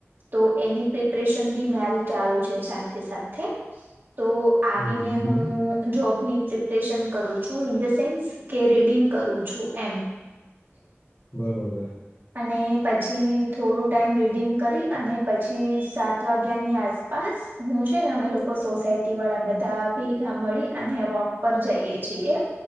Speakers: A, on the right; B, on the left.
A: તો એની પ્રિપરેશન બી મારી ચાલુ છે સાથે સાથે તો આવીને
B: હમ હમ
A: હું જોબની પ્રિપરેશન કરું છું ઇન ધ સેન્સ કે રીડિંગ કરું છું એમ
B: બરોબર
A: અને પછી પછી થોડું ટાઈમ રીડિંગ કરી અને પછી સાત વાગ્યાની આસપાસ હું છે ને અમે લોકો સોસાયટી વાળા બધા ભેગા મળી અને વોક ઉપર જઈએ છીએ